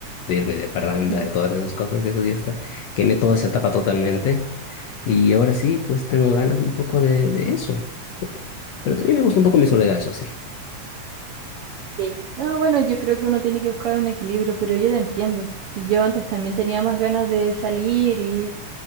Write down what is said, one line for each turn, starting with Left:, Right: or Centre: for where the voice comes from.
Left: de irme de parranda,
Right: Ujú,
Left: de todas esas cosas, de eso ya está. Quemé toda esa etapa totalmente y ahora sí, pues tengo ganas un poco de, de eso, pero también me gusta un poco mi soledad, eso sí.
Right: Sí. No, bueno, yo creo que uno tiene que buscar un equilibrio, pero yo te entiendo. Si yo antes también tenía más ganas de salir y